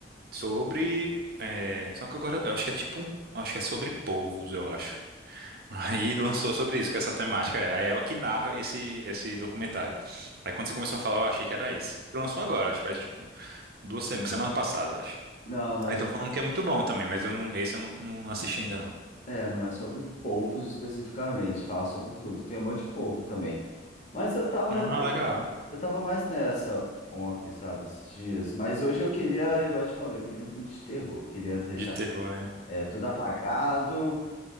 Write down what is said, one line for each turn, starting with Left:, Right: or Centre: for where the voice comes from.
Right: sobre. é, Só que agora eu acho que é tipo um. Acho que é sobre povos, eu acho. <laughs> Aí lançou sobre isso, com essa temática. é. Aí ela que narra esse, esse documentário. Aí quando você começou a falar, eu achei que era esse. Lançou agora, acho que faz tipo duas semanas, semana passada, eu acho.
Left: Não, mas
Right: Aí estão falando que é muito bom também, mas eu não, esse eu não, não assisti ainda não.
Left: é, não é sobre povos especificamente, fala sobre tudo. Tem um monte de povo também. Mas eu tava,
Right: Ah,
Left: eu
Right: legal.
Left: tava eu tava mais nessa ontem, sabe, esses dias. Mas hoje eu queria, igual eu te falei, eu queria um filme de terror. Eu queria deixar
Right: De terror, né?
Left: é, tudo apagado,